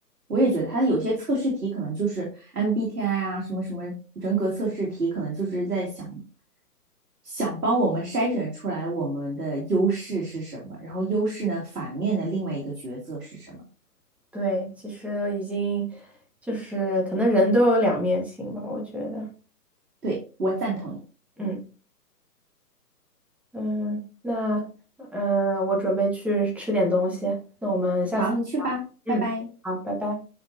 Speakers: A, on the right (about 70°); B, in the centre.
A: 我也觉得它有些测试题可能就是 MBTI 啊，什么什么人格测试题，可能就是在想想帮我们筛选出来我们的优势是什么，然后优势呢，反面的另外一个角色是什么。
B: <laughs> 对，其实已经就是可能人都有两面性吧，我觉得。
A: 对，我赞同你。
B: 嗯。嗯，那嗯，我准备去吃点东西，那我们下次，
A: 好，你去吧，拜拜。
B: 嗯，好，拜拜。